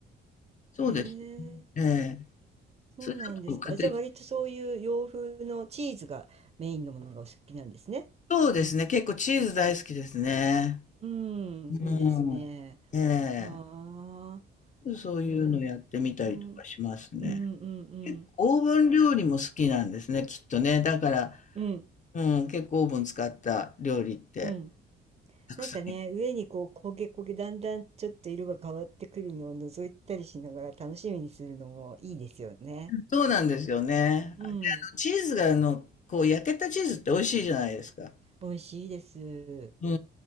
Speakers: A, on the left (about 40°); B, on the right (about 30°).
A: そうです。
B: へえ、
A: ええ。
B: そうなんですか。
A: それだと家庭
B: あ、じゃあ割とそういう洋風のチーズがメインのものがお好きなんですね。
A: そうですね。結構チーズ大好きですね。
B: うん、
A: うん。
B: いいですね。
A: ええ。
B: はあ、
A: そういうのやってみたりとかしますね。
B: えー、私も、うんうんうん、
A: 結構オーブン料理も好きなんですね、きっとね。だから、
B: うん
A: うん、結構オーブン使った料理って
B: うん。
A: たくさん。
B: なんかね、上にこう焦げ焦げ、だんだんちょっと色が変わってくるのを覗いたりしながら楽しみにするのもいいですよね。
A: そうなんですよね。
B: うん、
A: あで、あの、チーズがあの、こう焼けたチーズって美味しいじゃないですか。
B: 美味しいです。
A: う